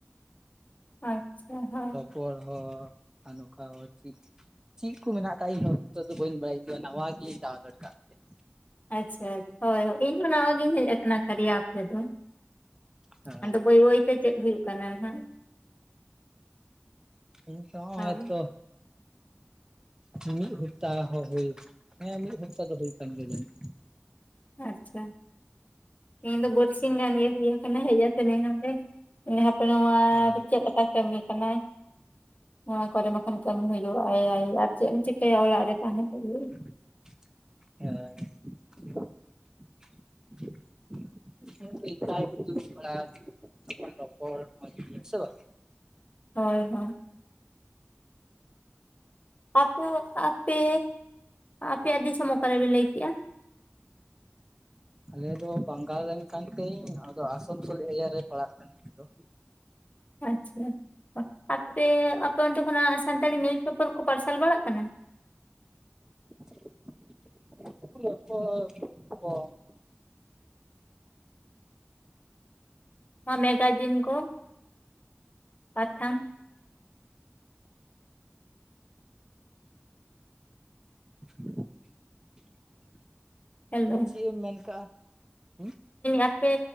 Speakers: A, on the left (about 35°); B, on the right (about 15°).
A: ᱟᱪᱪᱷᱟ ᱦᱮᱸ ᱾
B: ᱯᱟᱨᱠ ᱦᱚ ᱱᱚᱝᱠᱟᱱ <unintelligible> ᱪᱮᱫ ᱠᱚ ᱢᱮᱱᱟᱜ ᱟᱠᱟᱫ ᱤᱧᱦᱚᱸ ᱱᱤᱛᱚᱜ ᱫᱚ ᱵᱟᱹᱧ ᱵᱟᱲᱟᱭᱟ᱾ ᱤᱧ ᱫᱚ ᱱᱟᱣᱟ ᱜᱮ ᱰᱟᱣᱩᱱᱞᱳᱰ ᱟᱠᱟᱫ ᱛᱮ ᱾
A: ᱟᱪᱪᱷᱟ ᱦᱚᱭ ᱾ ᱤᱧ ᱦᱚᱸ ᱱᱟᱣᱟ ᱜᱤᱧ ᱦᱮᱡ ᱟᱠᱟᱱᱟ ᱠᱟᱨᱭᱟ ᱟᱯ ᱨᱮᱫᱚ ᱾
B: ᱦᱮᱸ
A: ᱟᱫᱚ ᱵᱟᱹᱭ ᱵᱟᱹᱭ ᱛᱮ ᱪᱮᱫ ᱦᱩᱭᱩᱜ ᱠᱟᱱᱟ ᱦᱩᱱᱟᱜ ᱾
B: ᱦᱮᱸ ᱤᱧ ᱛᱚ
A: ᱦᱳᱭ
B: ᱦᱚᱸ ᱦᱮᱸ ᱛᱚ ᱦᱮᱸ ᱢᱤᱫ ᱦᱟᱯᱛᱟ ᱦᱚᱸ ᱦᱚ ᱦᱮᱸ ᱢᱤᱫ ᱦᱟᱯᱛᱟ ᱫᱚ ᱦᱩᱭ ᱟᱠᱟᱱ ᱜᱮᱭᱟ ᱡᱟᱹᱱᱤᱡ ᱾
A: ᱟᱪᱪᱷᱟ ᱾
B: ᱪᱚᱝ
A: ᱤᱧ ᱫᱚ ᱵᱟᱹᱨᱥᱤᱧ ᱜᱟᱱ ᱜᱮ ᱦᱩᱭ ᱠᱟᱱᱟ ᱦᱮᱡ ᱠᱟᱛᱮ ᱤᱧ ᱚᱸᱰᱮ ᱾ ᱦᱟᱯᱮ ᱱᱚᱣᱟ
B: ᱟᱨ
A: ᱨᱮ ᱪᱮᱫ ᱞᱮᱠᱟ ᱠᱟᱹᱢᱤ ᱠᱟᱱᱟᱭ ᱾ ᱱᱚᱣᱟ ᱠᱚᱨᱮ ᱢᱟᱠᱷᱟᱱ ᱠᱟᱹᱢᱤ ᱦᱩᱭᱩᱜ ᱟᱭ ᱟᱨ ᱪᱮᱫ ᱮᱢ ᱪᱤᱠᱟᱹᱭᱟ ᱚᱲᱟᱜ ᱨᱮ ᱛᱟᱦᱮᱸᱱ <unintelligible>
B: ᱦᱮᱸ ᱦᱮᱸ <unintelligible> ᱨᱚᱯᱚᱲ ᱢᱚᱡᱽ ᱥᱮ ᱵᱟᱝ?
A: ᱦᱳᱭ ᱦᱳᱭ ᱾ ᱟᱯᱮ ᱟᱯᱮ, ᱟᱯᱮᱭᱟᱜ ᱫᱤᱥᱚᱢ ᱚᱠᱟᱨᱮ ᱵᱮᱱ ᱞᱟᱹᱭ ᱠᱮᱜ-ᱟ?
B: ᱟᱞᱮ ᱫᱚ ᱵᱟᱝᱜᱟᱞ ᱨᱮᱱ ᱠᱟᱱ ᱛᱤᱧ ᱟᱫᱚ ᱟᱥᱟᱱᱥᱳᱞ ᱮᱨᱤᱭᱟ ᱨᱮ ᱯᱟᱲᱟᱜ ᱠᱟᱱᱟᱹᱧ ᱤᱧᱫᱚ ᱾
A: ᱟᱪᱪᱷᱟ ᱟᱯᱮ ᱟᱯᱮ ᱚᱱᱛᱮ ᱠᱷᱚᱱᱟᱜ ᱥᱟᱱᱛᱟᱲᱤ ᱱᱤᱭᱩᱡ ᱯᱮᱯᱟᱨ ᱠᱚ ᱯᱟᱨᱥᱟᱞ ᱵᱟᱲᱟᱜ ᱠᱟᱱᱟ?
B: <inaudible> <unintelligible>
A: ᱱᱚᱣᱟ ᱢᱮᱜᱟᱡᱤᱱ ᱠᱚ, ᱯᱟᱛᱷᱟᱢ
B: <inaudible>
A: ᱦᱮᱞᱳ ᱾
B: ᱪᱮᱫ ᱮᱢ ᱢᱮᱱ ᱠᱟᱜ-ᱟ? ᱦᱩᱸ
A: ᱟᱯᱮ